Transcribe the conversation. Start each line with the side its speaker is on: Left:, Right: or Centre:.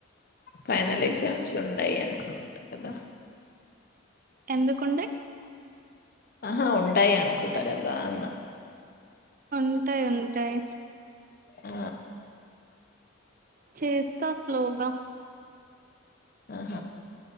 Left: ఫైనల్ ఎగ్జామ్స్ ఉన్నాయి అనుకుంట కదా
Right: ఎందుకండ
Left: ఆహా ఉంటాయి అనుకుంటా కదా అన్న
Right: ఉంటాయి ఉంటాయి
Left: ఆ
Right: చేస్తా శ్లోగా
Left: ఆ